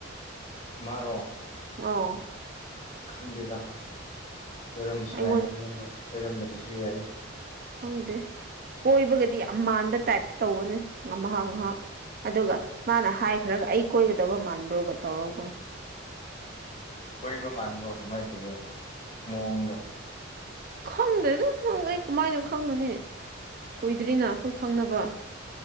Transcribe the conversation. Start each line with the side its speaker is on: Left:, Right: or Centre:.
Left: ꯃꯥꯔꯣ
Right: ꯑꯧ
Left: ꯈꯪꯗꯦꯗ ꯀꯣꯏꯔꯝꯕꯁꯨ
Right: ꯑꯩꯉꯣꯟ
Left: ꯌꯥꯏ ꯀꯣꯏꯔꯝꯗꯕꯁꯨ ꯌꯥꯏ
Right: ꯈꯪꯗꯦ ꯀꯣꯏꯕꯒꯗꯤ ꯌꯥꯝ ꯃꯥꯟꯕ ꯇꯥꯏꯞꯇ ꯇꯧꯕꯅꯦ ꯉꯥꯛ ꯉꯍꯥꯛ ꯑꯗꯨꯒ ꯃꯥꯅ ꯍꯥꯏꯈ꯭ꯔꯒ ꯑꯩ ꯀꯣꯏꯒꯗꯕ ꯃꯥꯟꯕ꯭ꯔꯣꯒ ꯇꯧꯔꯒ
Left: ꯀ ꯃꯥꯟꯕ꯭ꯔꯣ ꯀꯃꯥꯏꯅ ꯇꯧꯒꯦ ꯃꯑꯣꯡꯗ
Right: ꯈꯪꯗꯦꯗ ꯑꯩ ꯀꯃꯥꯏꯅ ꯈꯪꯉꯨꯅꯤ ꯀꯨꯏꯗ꯭ꯔꯤꯅ ꯑꯩꯈꯣꯏ ꯈꯪꯅꯕ